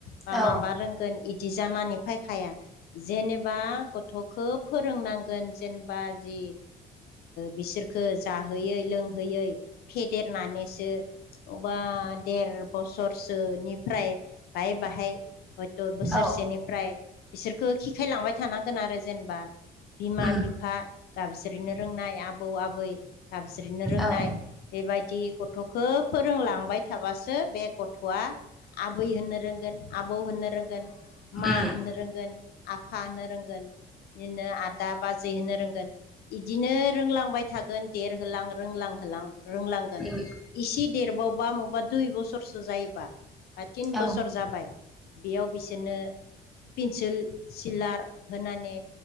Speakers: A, on the left; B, in the centre.
A: बा-
B: औ
A: माबा रोंगोन बिदि जानानै फायखाया जेनेबा गथ'खौ फोरोंनांगोन जेनेबा जि बिसोरखो जाहोयै लोंहोयै फेदेरनानैसो अबबा देर बोसोरसोनिफ्राय बाहाय -बाहाय हयथ' बोसोरसेनिफ्राय
B: औ
A: बिसोरखौ हिखायलांबाय थानांगोन आरो जों बिमा-
B: उम
A: बिफा गाबज्रिनो रोंनाय आबौ- आबै गाबज्रिनो रोंनाय
B: औ
A: बेबायदि गथ'खौ फोरोंलांबाय थाबासो बे गथ' आबै होननो रोंगोन आबौ होननो रोंगोन मा
B: उम
A: होननो रोंगोन आफ होनन रोंगोन बिदिनो आदा -बाजै होनो रोंगोन बिदिनो रोंलांबाय थागोन देरहोलां रोंलांहोलां रोंलांगोन
B: उम
A: इसे देरबावबा बबावबा दुइ बोसोरसो जायोबा बा थिन बोसोर
B: औ
A: जाबाय बेयाव बिसोरनो पिन्सिल सिलार होनानै